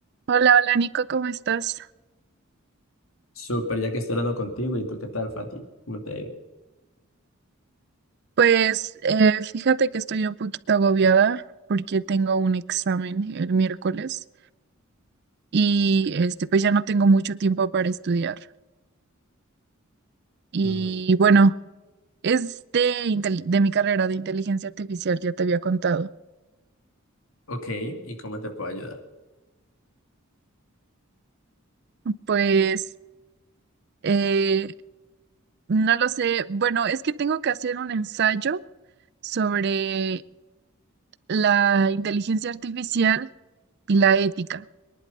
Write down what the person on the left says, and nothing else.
Súper, ya que estoy hablando contigo, ¿y tú qué tal, Fati? ¿Cómo te ha ido?
Mm,
ok, ¿y cómo te puedo ayudar?